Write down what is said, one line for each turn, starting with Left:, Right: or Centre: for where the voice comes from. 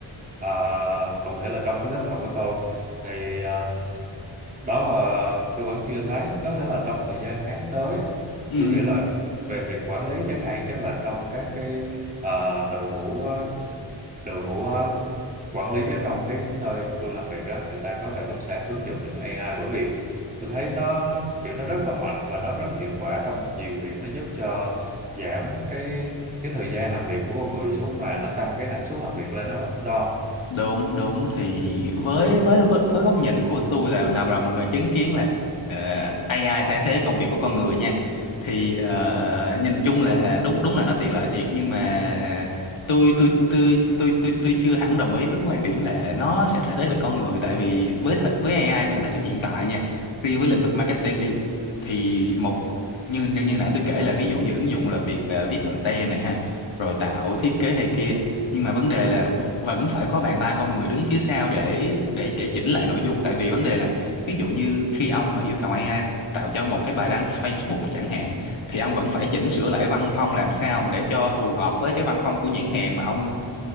Right: à, cụ thể là trong cái lớp học của tôi thì à, đó là tôi vẫn chưa thấy có thể là trong thời gian ngắn tới
Left: ừ
Right: tôi nghĩ là về việc quản lý chẳng hạn chắc là trong các cái à, đội ngũ đội ngũ ờ, quản lý ở trong cái nơi tôi làm việc á người ta có thể cũng sẽ ứng dụng những cái AI bởi vì tôi thấy nó kiểu nó rất là mạnh và nó rất là hiệu quả trong nhiều việc nó giúp cho giảm cái cái thời gian làm việc của con người xuống mà nó tăng cái năng suất làm việc lên đó đó
Left: đúng đúng thì với với với, với góc nhìn của tôi là làm là là một người chứng kiến là ờ, AI thay thế công việc của con người nha thì ờ, nhìn chung là đúng đúng là nó tiện lợi thiệt nhưng mà tôi tôi tôi tôi tôi tôi chưa hẳn đồng ý với cái quan điểm là nó sẽ thay thế được con người tại vì với thời, với AI tại thời điểm hiện tại nha riêng với lĩnh vực marketing đi thì một như như nãy tôi kể là ví dụ như ứng dụng là việc ờ, viết content này ha rồi tạo thiết kế này kia nhưng mà vấn đề là vẫn phải có bàn tay con người đứng phía sau để để để chỉnh lại nội dung tại vì vấn đề là ví dụ như khi ông mà yêu cầu AI tạo cho một cái bài đăng Facebook chẳng hạn thì ông vẫn phải chỉnh sửa lại văn phong làm sao mà để cho phù hợp với cái văn phong của nhãn hàng mà ông